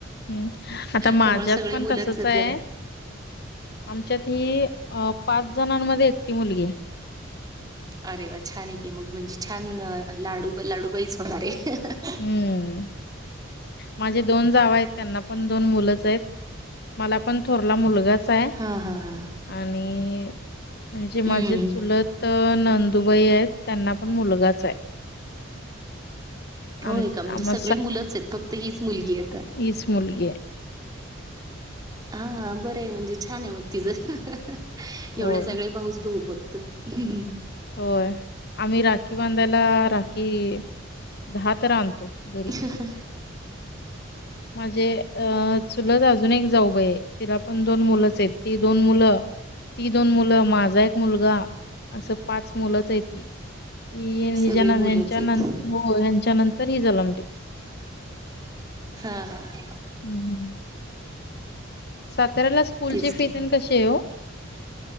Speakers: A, on the left; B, on the right.
A: हम्म, आता माझ्यात
B: त्यामुळे सगळी
A: पण
B: मुलंच
A: तसच
B: आहेत
A: य.
B: घरात.
A: आमच्यात ही, अ पाच जणांमध्ये, एकटी मुलगी ये.
B: अरे वा छान आहे की मग म्हणजे छान लाडू लाडूबाईचं होणार आहे.
A: हम्म, माझे दोन जावा आहेत, त्यांना पण दोन मुलंच येत. मला पण, थोरला मुलगाच हाय.
B: हां हां हां.
A: आणि म्हणजे
B: हम्म
A: माझे चूलत अ नंदुबाई येत, त्यांना पण मुलगाच य.
B: होय
A: आम
B: का म्हणजे
A: आम्हा
B: सगळी मुलंच आहेत, फक्त हीच मुलगी आहे तर.
A: हिचं मुलगी य.
B: आं बरं म्हणजे, छान ये, मग तिचं, एवढे
A: होय
B: सगळे भाऊचं- भाऊ फक् हम्म हम्म.
A: होय, आम्ही राखी बांधायला, राखी दहा तर आणतो. घरी.
B: ्ह्णहण ह्हणं.
A: माजे अ, चुलत अजून एक जाऊबाई ये तिला पण दोन मुलंच येत, ती दोन मुलं, ती दोन मुलं, माझा एक मुलगा असं पाच मुलंच ये ती, ही हिन्ज,
B: सगळी
A: ह्यांच्या
B: मुलंच आहेत
A: नतं हो ह्यांच्या नंतर ही जलमली.
B: हा हा हा.
A: हम्म हम्म हम्म. साताऱ्याला स्कूलची
B: तेच
A: फी
B: की
A: तेन कशी आहे ओ?